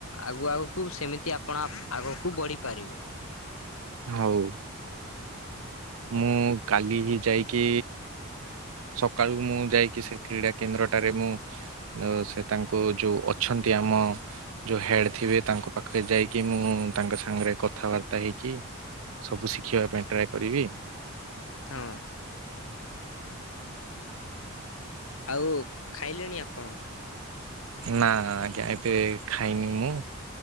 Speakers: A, on the left; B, on the right.
A: ଆଗୁ ଆଗକୁ ସେମିତି ଆପଣ ଆଗକୁ ବଢିପାରିବେ।
B: ହଉ ମୁଁ କାଲି ହିଁ ଯାଇକି ସକାଳୁ ମୁଁ ଯାଇକି ସେ କ୍ରୀଡ଼ା କେନ୍ଦ୍ରଟାରେ ମୁଁ ସେ ତାଙ୍କୁ ଯୋଉ ଅଛନ୍ତି ଆମ ଯୋଉ ହେଡ ଥିବେ ତାଙ୍କ ପାଖରେ ଯାଇକି ମୁଁ ତାଙ୍କ ସାଙ୍ଗରେ କଥାବାର୍ତ୍ତା ହେଇକି ସବୁ ଶିଖିବା ପାଇଁ ଟ୍ରାଏ କରିବି।
A: ହଁ ଆଉ ଖାଇଲେଣି ଆପଣ?
B: ନା ଆଜ୍ଞା ଏବେ ଖାଇନି ମୁଁ